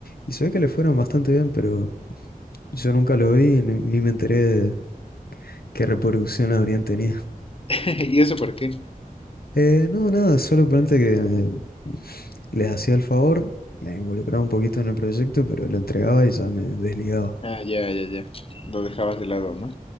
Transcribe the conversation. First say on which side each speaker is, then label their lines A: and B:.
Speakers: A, on the left; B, on the left.
A: Y se ve que le fueron bastante bien, pero yo nunca lo vi, ni, ni me enteré ¿Qué reproducción habrían tenido?
B: <laughs> ¿Y eso por qué?
A: Eh, no, nada, solo ponente que eh, les hacía el favor, me involucraba un poquito en el proyecto, pero lo entregaba y ya me desligaba.
B: Ah, ya, ya, ya. Lo dejabas de lado, ¿no?